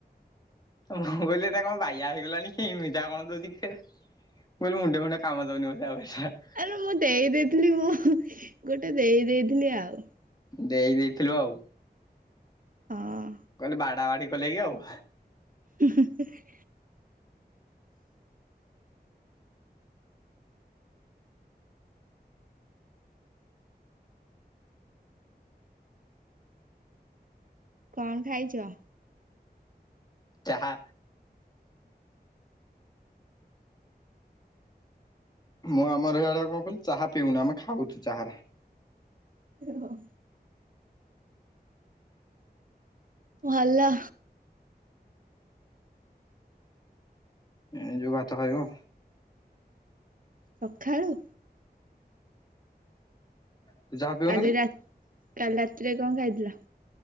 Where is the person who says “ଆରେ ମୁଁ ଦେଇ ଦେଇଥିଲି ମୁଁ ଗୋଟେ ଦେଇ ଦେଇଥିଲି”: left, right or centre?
Right